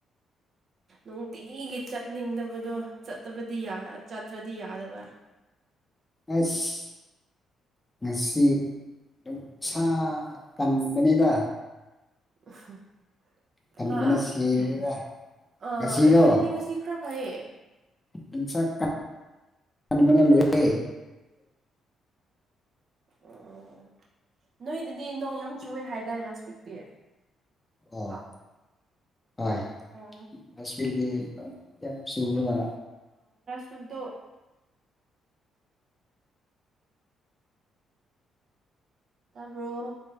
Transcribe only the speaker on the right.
ꯅꯨꯡꯇꯤꯒꯤ ꯆꯠꯅꯤꯡꯗꯕꯗꯣ ꯆꯠꯇꯕꯗꯤ ꯆꯠꯇ꯭ꯔꯗꯤ ꯌꯥꯗꯕ
<unintelligible>
ꯍꯥ
ꯑ ꯑꯩꯈꯣꯏꯗꯗꯤ
ꯉꯁꯤ ꯈꯔ ꯐꯥꯏꯌꯦ
ꯑꯣ ꯅꯣꯏꯗꯗꯤ ꯅꯣꯡ ꯌꯥꯝ ꯆꯨꯑꯦ ꯍꯥꯏꯇꯥꯔꯦ ꯂꯥꯁ ꯋꯤꯛꯇꯤ
ꯀꯣ
ꯎꯝ
ꯁꯨꯗꯣ ꯇꯔꯕꯣ